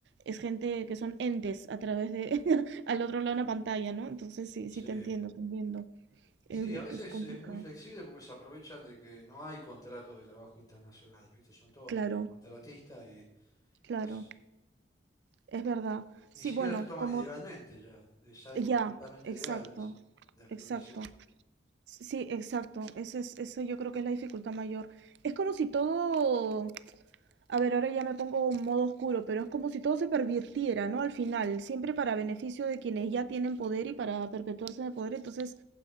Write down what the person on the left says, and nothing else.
sí.
Sí,
a veces
es muy flexible porque se aprovechan de que no hay contratos de trabajo internacional, ¿viste? Son todos
de contratistas y
es-
ni
siquiera
te toman
ilegalmente ya, es algo
totalmente
legal es la explotación.